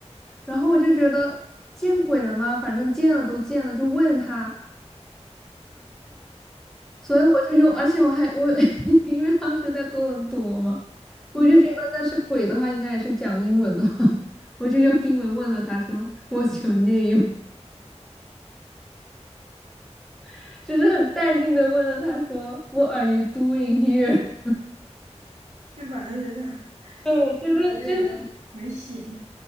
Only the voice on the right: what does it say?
嗯，
就反正觉得 <laughs>
觉得也在没醒。